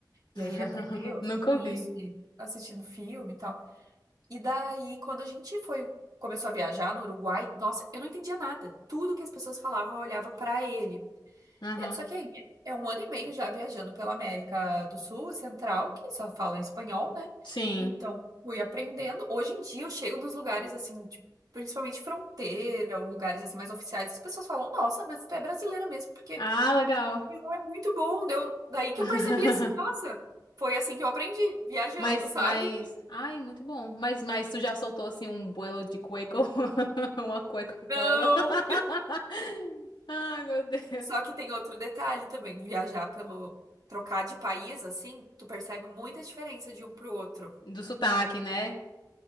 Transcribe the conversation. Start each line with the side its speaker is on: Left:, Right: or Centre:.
Right: E aí
Left: <laughs>
Right: ele aprendeu assim
Left: nunca
Right: com
Left: ouvi.
Right: isso, e assistindo filme e tal. E daí quando a gente foi começou a viajar no Uruguai, nossa, eu não entendia nada. Tudo que as pessoas falavam, eu olhava pra ele.
Left: Uhum,
Right: É, Só que aí é um ano e meio já viajando pela América do Sul e Central, que só fala espanhol, né?
Left: sim.
Right: Então, fui aprendendo. Hoje em dia eu chego nos lugares assim, tipo, principalmente fronteira, ou lugares assim mais oficiais, as pessoas falam: "Nossa, mas tu é brasileira mesmo, porque
Left: Ah, legal.
Right: o espanhol é muito bom". Deu daí que
Left: <laughs>
Right: eu percebi assim, nossa, foi assim que eu aprendi, viajando,
Left: Mas,
Right: sabe?
Left: mas, ai, muito bom. Mas, mas tu já soltou assim um buelo de cueco, <laughs> uma cueca com
Right: Não.
Left: ela. <laughs> Ai, meu Deus.
Right: Só que tem outro detalhe também, viajar pelo trocar de país assim, tu percebe muita diferença de um pro outro.
Left: Do sotaque, né?